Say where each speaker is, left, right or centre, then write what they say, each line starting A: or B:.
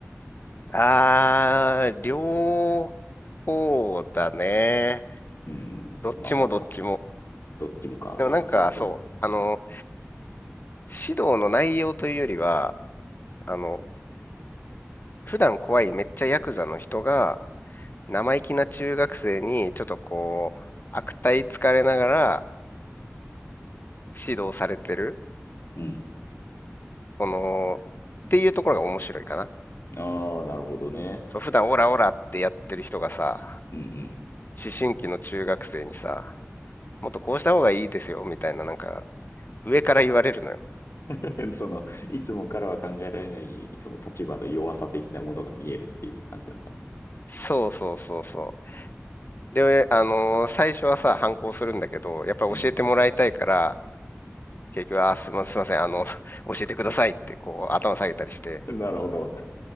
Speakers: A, on the left (about 45°); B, on the left (about 65°).
A: あー、両方だね。
B: うん、
A: どっちもどっちも。
B: まあまあまあ。どっちもか。
A: でもなんかそう、
B: またそれはそうだ。
A: あの、指導の内容というよりは、あの、普段怖いめっちゃヤクザの人が生意気な中学生にちょっとこう、悪態つかれながら指導されてる。
B: うん。
A: この、っていうところが面白いかな。
B: ああ、なるほどね。
A: そう、普段オラオラってやってる人がさ、
B: うんうん。
A: 思春期の中学生にさ、もっとこうした方がいいですよ、みたいな、なんか、上から言われるのよ。
B: <laughs> その、いつもからは考えられない、その立場の弱さ的なものが見えるっていう感じなのかな。
A: そうそうそうそう。で、あのー最初はさ、反抗するんだけど、やっぱり教えてもらいたいから、
B: うん。
A: 結局、あー、すいません、すいません、あの、<laughs> 教えてくださいって、こう、頭下げたりして、
B: なるほど。